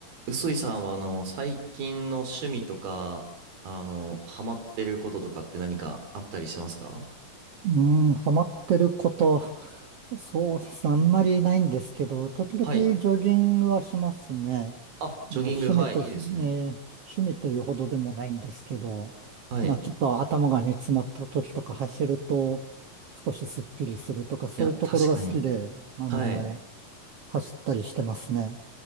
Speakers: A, on the right; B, on the right.
A: 臼井さんはあの最近の趣味とかあのハマってることとかって何かあったりしますか
B: うん、ハマってること、そうですね、あんまりないんですけど、時々ジョギングはしますね。
A: はい。あ、ジョギング、
B: まあ、趣味とし、
A: はい、いいですね。
B: えー趣味というほどでもないんですけど、
A: はい。
B: まあ、
A: い
B: ちょっと頭が煮詰まった時とか走ると、少しスッキリするとか、そういうところが好きで、
A: や、確かに。
B: あの、
A: はい。
B: 走ったりしてますね。